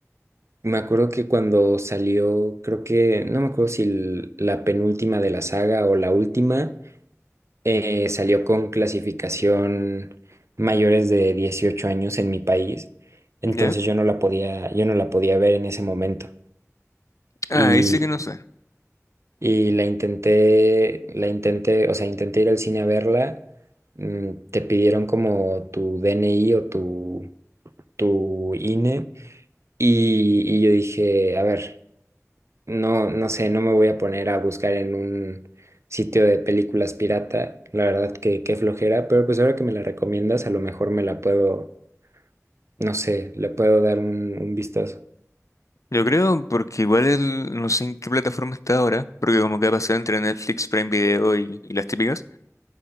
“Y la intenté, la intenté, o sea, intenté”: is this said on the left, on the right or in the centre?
Right